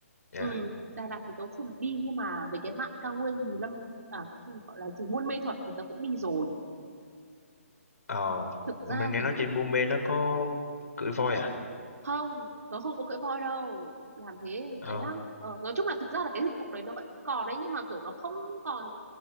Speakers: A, on the left; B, on the right.
A: Dạ.
B: Ừ, Đà Lạt thì tớ chưa được đi nhưng mà về cái mạn cao nguyên thì Lâm à không gọi là gì Buôn Mê Thuột thì tớ cũng đi rồi
A: Ờ.
B: thực ra
A: Ủa, mình nghe
B: thì
A: nói
B: cũng
A: trên Buôn Mê nó có cưỡi voi à?
B: không tớ không có cưỡi voi đâu làm thế
A: Ờ.
B: ấy lắm ờ, nói chung là thực ra là cái dịch vụ đấy nó vẫn còn ấy nhưng mà kiểu nó không còn